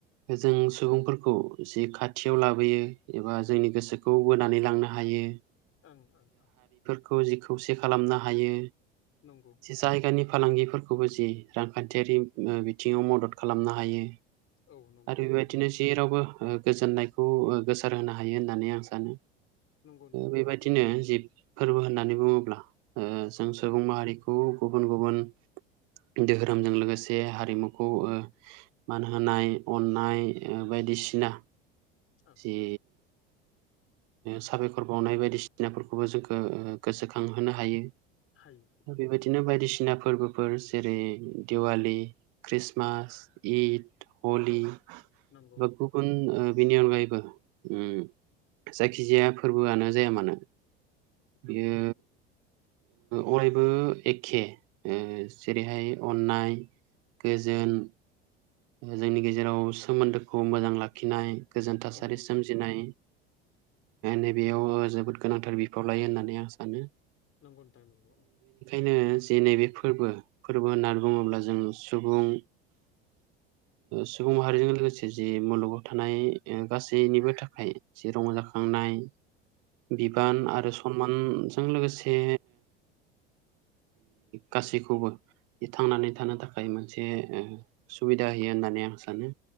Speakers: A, on the right; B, on the left.
A: जों सुबुंफोरखौ जि खाथियाव लाबोयो एबा जोंनि गोसोखौ बोनानै लांनो हायो।
B: ओं ओं ओं
A: खौ जि खौसे खालामनो हायो
B: नंगौ
A: जे जायगानि फालांगिफोरखौबो जि रांखान्थियारि बिथिङाव मदद खालामनो हायो।
B: औ नंगौ
A: आरो बेबायदिनो
B: ओं
A: जेरावबो ओ गोजोननायखौ गोसारहोनो हायो होननानै जों सानो
B: नंगौ नंगौ
A: बेबायदिनो जिब फोरबो होननानै बुङोब्ला जों सुबुं
B: औ
A: माहारिखौ गुबुन गुबुन दोहोरोमजों लोगोसे हारिमुखौ मान होनोनाय अननाय बायदि बिसिना
B: ओं
A: जि साबायखर बावनाय बायदिसिनाफोरखौबो जोंखो गोसोखांहोनो हायो।
B: हायो
A: बेबायदिनो बायदिसिना फोरबोफोर जेरै दिवालि, ख्रिस्टमास, इद हलि
B: औ नंगौ
A: गुबुन बिनि अगायबो उम जायखिजाया फोरबोआनो जाया मानो
B: नंगौ
A: बियो
B: नंगौ
A: अराय बो एखे ओ जेरैहाय अननाय गोजोन जोंनि गेजेराव सोमोन्दोखौ मोजां लाखिनाय गोजोन थासारि
B: नंगौ
A: सोमजिनाय नैबेयाव जोबोद गोनांथार बिफाव लायो होननानै आं सानो
B: नंगौ नोंथां नंगौ
A: बेनो जे नैबे फोरबो फोरबो होननानै बुङोब्ला जों सुबुं सुबुं माहारिजों लोगोसे जि मुलुगाव थानाय गासैनिबो थाखाय जि रंजाखां खांनाय बिबान
B: नंगौ
A: आरो सनमानजों लोगोसे गासैखौबो थांनानै थानो थाखाय मोनसे सुबिदा जाहयो होननानै आं सानो